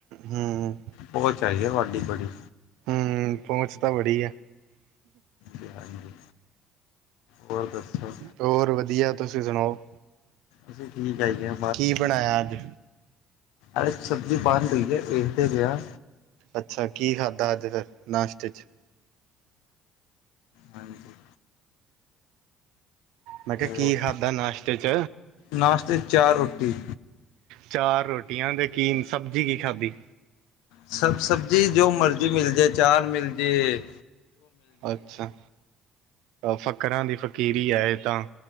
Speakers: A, on the right (about 75°); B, on the left (about 80°).
A: ਹੂੰ
B: ਪੋਚ ਹੈਗੀ ਏ ਤੁਹਾਡੀ ਬੜੀ
A: ਹਮ ਪਹੁੰਚ ਤਾਂ ਬੜੀ ਐ
B: ਹਾਂਜੀ ਹਾਂਜੀ ਹੋਰ ਦੱਸੋ
A: ਹੋਰ ਵਧੀਆ ਤੁਸੀਂ ਸੁਣਾਓ
B: ਅਸੀਂ ਠੀਕ ਹੈਗੇ ਆ
A: ਕੀ ਬਣਾਇਆ ਅੱਜ
B: ਅਜੇ ਸਬਜ਼ੀ ਬਣ ਰਈ ਏ ਦੇਖਦੇ ਪਏ ਆਹ
A: ਅੱਛਾ ਕੀ ਖਾਧਾ ਅਜ ਫਿਰ ਨਾਸ਼ਤੇ ਚ
B: ਹਾਂਜੀ
A: ਮੈਂ ਕਿਹਾ
B: ਹੋਰ
A: ਕੀ ਖਾਧਾ ਨਾਸ਼ਤੇ ਚ,
B: ਨਾਸ਼ਤੇ ਚਾਰ ਰੋਟੀ
A: ਚਾਰ ਰੋਟੀਆਂ, ਦੇ ਕੀ ਸਬਜ਼ੀ ਕੀ ਖਾਧੀ।
B: ਸਬ ਸਬਜ਼ੀ ਜੋ ਮਰਜ਼ੀ ਮਿਲ ਜੇ, ਚਾਰ ਮਿਲ ਜਏ।
A: ਅੱਛਾ, ਫਕਰਾਂ ਦੀ ਫਕੀਰੀ ਹੈ, ਇਹ ਤਾਂ।